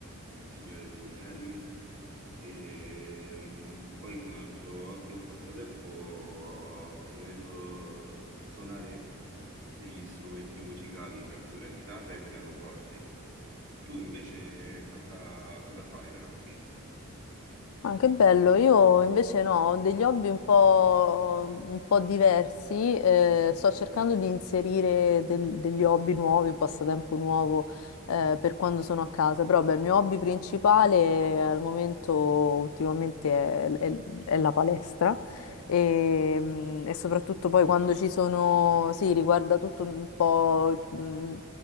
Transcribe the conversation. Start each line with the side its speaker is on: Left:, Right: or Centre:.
Right: Il Signore degli Anelli. E mm, poi come altro hobby e passatempo ho anche lo suonare degli strumenti musicali, tra cui la chitarra e il pianoforte. Tu invece cosa, cosa fai per hobby?
Left: Ah, che bello, io invece no, ho degli hobby un po', un po' diversi, eh, sto cercando di inserire del- degli hobby nuovi, un passatempo nuovo eh, per quando sono a casa, però beh, il mio hobby principale al momento ultimamente è, è- è la palestra e, mm, e soprattutto poi quando
Right: Ah,
Left: ci sono, sì, riguarda tutto un po' mm,